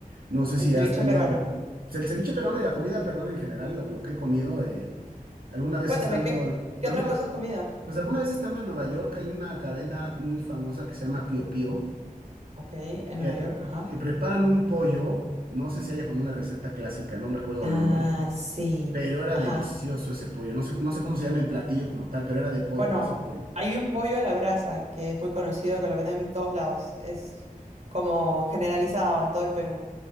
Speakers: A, on the right; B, on the right.
A: no sé si
B: El ceviche
A: has tenido,
B: peruano.
A: pues, el ceviche peruano y la comida peruana en general, lo, lo que he comido, eh, alguna vez
B: Cuéntame,
A: estando,
B: ¿qué, qué
A: alguna,
B: otras cosas has comido?
A: pues alguna vez estando en Nueva York hay una cadena muy famosa que se llama Pío Pío,
B: Ok, en
A: que,
B: Nueva
A: pre-
B: York, ajá.
A: que preparan un pollo, no sé si haya como una receta clásica, no recuerdo
B: Ah,
A: el nombre,
B: sí,
A: pero era
B: ajá.
A: delicioso ese pollo, no sé, no sé cómo se llama el platillo como tal, pero era de pollo,
B: Bueno,
A: base pollo.
B: hay un pollo a la brasa que es muy conocido, que lo venden en todos lados. Es como generalizado en todo el Perú.